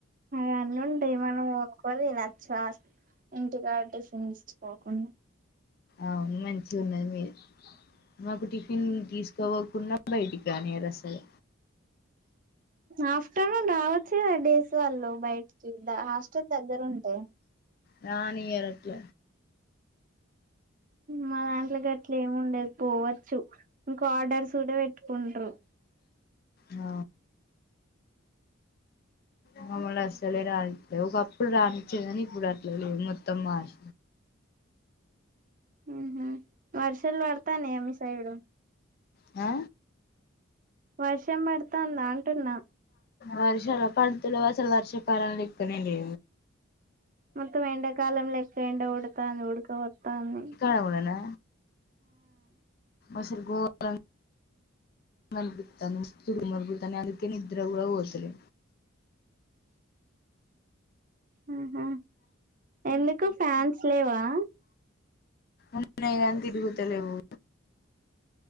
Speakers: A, on the right (about 40°); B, on the left (about 50°).
A: అవన్నుంటయి మనం కొనుకొని తినచ్చు ఇంటికాడ టిఫిన్స్ చుకోకుండా
B: ఔ మంచిగున్నది మీ మాకు టిఫిన్ తీసు కోబోకున్నా బయటికి రానీయరు అసలు
A: ఆఫ్టర్నూన్ రావచ్చు కదా డేస్ వాళ్ళు బయటికి హాస్టల్ దగ్గరుంటే
B: రానియ్యరు అట్ల
A: మా దాంట్లోకి అట్లా ఏం ఉండదు పోవచ్చు ఇంకా ఆర్డర్స్ కూడా పెట్టుకుంటరు
B: ఆ మామ్మల్ని అస్సలే రానిత్తరు ఒకప్పుడు రానిచ్చేది గాని ఇప్పుడు అట్లా లేవు మొత్తం మారి
A: ఊహూ వర్షాలు బడుతానాయా మీ సైడు
B: ఆ
A: వర్షం పడుతాందా అంటున్నా
B: వర్షాలా పడుతలేవు అసలు వర్షాకాలం లెక్కునండి
A: మొత్తం ఎండకాలం లెక్క ఎండ గొడతాంది ఉడుక బోత్తాంది
B: టవులనా అసలు ఘొ రన్ <unintelligible> తిని నిద్ర కూడా పోతలే
A: ఊహూ ఎందుకు ఫ్యాన్స్ లేవా
B: ఉన్నాయి గానీ తిరుగుతలేవు